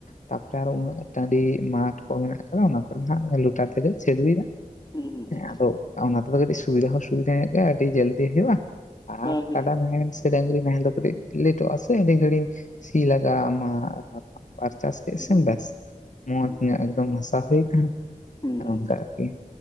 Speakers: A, on the left; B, on the left.
A: ᱛᱟᱯᱚᱨᱮ ᱟᱨ ᱩᱱᱟᱹᱜ ᱴᱟᱸᱹᱰᱤ ᱢᱟᱴᱷ ᱠᱚ ᱢᱮᱱᱟᱜ ᱟ ᱠᱟᱫᱟ ᱦᱟᱸᱜ ᱚᱱᱟ ᱠᱚ ᱦᱟᱸᱜ ᱞᱚᱴᱟᱨ ᱛᱮ ᱜᱮ ᱞᱮ ᱪᱟᱹᱞᱩᱭᱟ
B: ᱦᱩᱸ ᱦᱩᱸ
A: ᱦᱮᱸ
B: ᱦᱩᱸ ᱦᱩᱸ
A: ᱟᱫᱚ ᱚᱱᱟ ᱛᱮᱫᱚ ᱠᱟᱹᱴᱤᱡ ᱥᱩᱵᱤᱫᱟ ᱦᱚᱸ ᱥᱩᱵᱤᱫᱟ ᱧᱚᱜ ᱜᱮᱭᱟ ᱟᱹᱰᱤ ᱡᱚᱞᱫᱤ ᱦᱩᱭᱩᱜᱼᱟ
B: ᱦᱮᱸ
A: ᱟᱨ ᱠᱟᱰᱟ ‌ᱱᱟᱦᱮᱞ ᱥᱮ ᱰᱟᱝᱨᱤ ᱱᱟᱦᱮᱞ ᱫᱚ ᱠᱟᱹᱴᱤᱡ ᱞᱮᱴᱚᱜᱼᱟ ᱥᱮ ᱟᱹᱰᱤ ᱜᱷᱟᱹᱲᱤᱡ ᱥᱤ ᱞᱟᱜᱟᱣ ᱟᱢᱟ ᱾ ᱵᱟᱨ ᱪᱟᱥ ᱠᱮᱫ
B: ᱦᱮᱸ
A: ᱥᱮᱢ ᱵᱮᱥ ᱢᱚᱸᱡᱽ ᱧᱚᱜ ᱮᱠᱫᱚᱢ ᱦᱟᱥᱟ ᱦᱩᱭᱱᱟ ᱾
B: ᱦᱩᱸ ᱦᱩᱸ
A: ᱱᱚᱝᱠᱟ ᱟᱨᱠᱤ